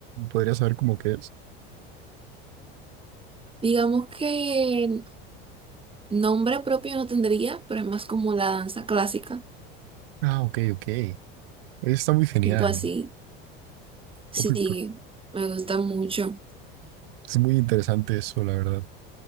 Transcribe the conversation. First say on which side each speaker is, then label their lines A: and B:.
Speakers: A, on the right; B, on the right.
A: podría saber cómo que es.
B: Digamos que Nombre propio no tendría, pero es más como la danza clásica,
A: Ah, ok, ok. Está muy genial.
B: tipo así. Sí,
A: Uy, pero
B: me gusta mucho.
A: Es muy interesante eso, la verdad.